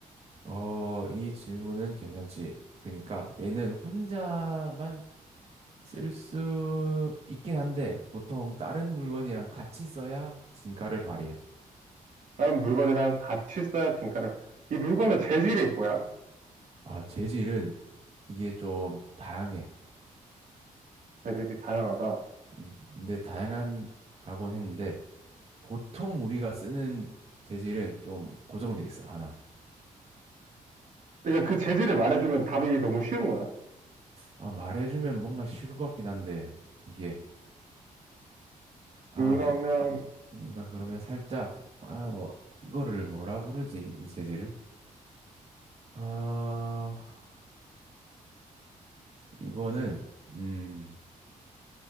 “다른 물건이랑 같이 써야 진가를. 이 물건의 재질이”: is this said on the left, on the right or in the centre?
Right